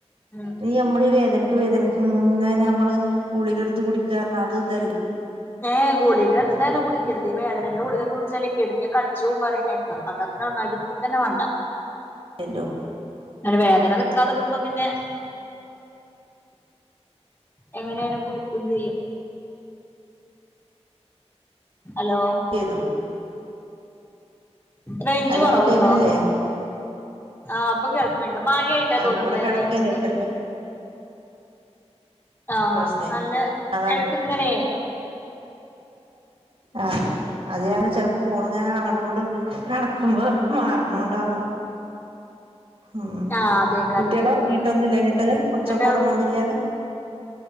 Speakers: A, on the left; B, on the right.
A: ഉം
B: ഇ നമ്മടെ വേദനയ്ക്ക് വേദനക്ക് ഇങ്ങനെ നമ്മ ഗുളികെടുത്ത് കുടിക്കാറ് അത് ഇതല്ലേ
A: ഏഹ് ഗുളികാ എന്തായാലും കുടിക്കരുത് വേദനയുടെ ഗുളികെ കുടിച്ചാലക്കെ കിഡ്നി ഒക്കെ അടിച്ചു പോം പറയണ കേക്കാം അതാണ് നന്നായി ട്ട് കുടിക്ക തന്നെ വേണ്ട
B: ഹലോ
A: അങ്ങെനെ വേദന നിക്കാതെ ആകുമ്പോ പിന്നെ എങ്ങനെയാണ് കൂടിക്കും ചെയ്യും ഹലോ
B: ന്നു
A: റേഞ്ച്
B: ഹലോ
A: കൊറവുണ്ടോ
B: കേക്കണില്ലേ
A: ആഹ് ഇപ്പൊ കേൾക്കുന്നുണ്ട് മഴ ആയിട്ടാന്ന് തോന്നണല്ലേ
B: ഇവിടെ കിടക്കല്ലേ
A: റേഞ്ചിന്
B: ചെലപ്പോ
A: ആ
B: പ്രശ്നേ
A: നല്ല
B: അതാണ്
A: ഇടക്ക് ഇങ്ങനെ
B: ആഹ് അത് കാരണം ചിലപ്പോ ഫോൺ ഇങ്ങനെ അങ്ങോട്ടും ഇങ്ങോട്ടും കട ക്കുമ്പോ മാറണോണ്ടാവും ഉമ്
A: ആഹ് അതേക്കാരം
B: കുട്ടികൾ
A: ചെലപ്പോന്ന്
B: ഉറങ്ങിട്ടൊന്നുംല്ല ഇങ്ങിട്ട് ഉച്ചക്
A: എന്നിട്ട്
B: ഒന്നും ഉറങ്ങൊന്നു ഇല്ല്യല്ലോ